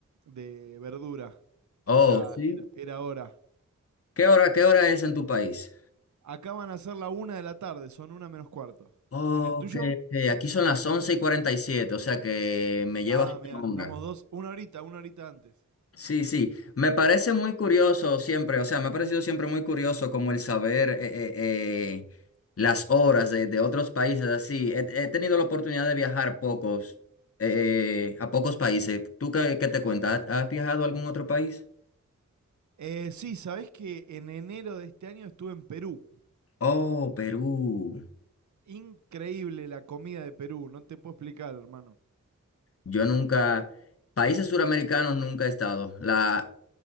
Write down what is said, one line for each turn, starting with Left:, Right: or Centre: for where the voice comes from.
Right: de verdura, que
Left: Oh,
Right: ya
Left: sí.
Right: era, era hora.
Left: ¿Qué hora, qué hora es en tu país?
Right: Acá van a ser la una de la tarde, son una menos cuarto.
Left: Oh,
Right: ¿En el tuyo?
Left: ok, ok. Aquí son las once y cuarenta y siete o sea que me llevas
Right: Ah, mira,
Left: una
Right: estamos
Left: hora.
Right: dos, una horita, una horita antes.
Left: Sí, sí, me parece muy curioso siempre, o sea, me ha parecido siempre muy curioso como el saber eh, eh, eh, las horas de, de otros países así. He, he tenido la oportunidad de viajar pocos, eh, a pocos países. ¿Tú qué, qué te cuentas? ¿Has has viajado a algún otro país?
Right: Eh, sí, ¿sabés que en enero de este año estuve en Perú?
Left: Oh, Perú.
Right: Increíble la comida de Perú, no te puedo explicar, hermano.
Left: Yo nunca, países suramericanos nunca he estado. La,